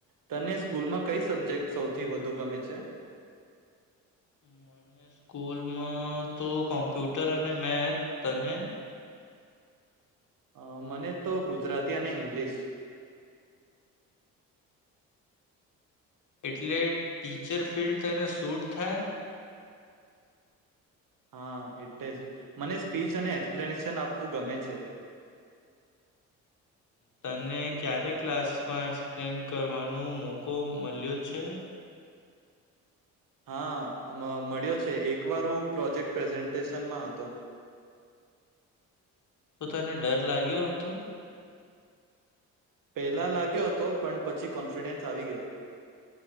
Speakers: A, on the right; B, on the left.
A: તને સ્કૂલમાં કઈ સબ્જેક્ટ સૌથી વધુ ગમે છે?
B: મને સ્કૂલમાં તો કોમ્પ્યુટર અને મેથ. તને?
A: અ મને તો ગુજરાતી અને ઇંગ્લિશ.
B: એટલે ટીચર ફિલ્ડ તને શૂટ થાય.
A: હા, એટલે જ મને સ્પીચ અને એક્સપ્લેનેશન આપવું ગમે છે.
B: તને ક્યારે ક્લાસમાં એક્સપ્લેન કરવાનો મોકો મળ્યો છે?
A: હા મળ્યો છે, એક વાર હું પ્રોજેક્ટ પ્રેઝન્ટેશનમાં હતો
B: તો તને ડર લાગ્યો હતો?
A: પહેલા લાગ્યો હતો પણ પછી કોન્ફિડન્સ આવી ગયો.